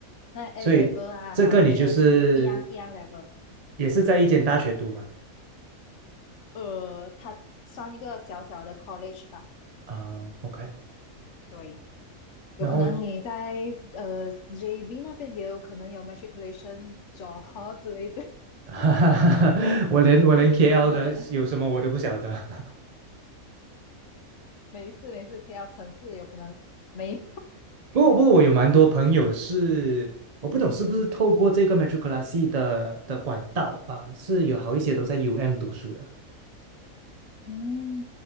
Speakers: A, on the left; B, on the right.
A: 那 A
B: 所以这个你就是
A: level 啊，foundation 其实一样一样 level，
B: 也是在一间大学读嘛？
A: 呃，他算一个小小的 college 吧。
B: 啊，OK，
A: 对，有可能你在呃
B: 然后 <laughs>
A: JB 那边也有可能有 matriculation 招之类的。<laughs>
B: 哈哈哈，<laughs> 我连我连
A: 对对对，
B: KL
A: 真的真的，
B: 的有什么我都不晓得。
A: 没事没事，KL 城市有可能没
B: <laughs> 不过不过我有蛮多朋友是，我不懂是不是透过这个 m e t r o c l a s s y 的的管道啊、是有好一些都在 UM 读书的。
A: 嗯，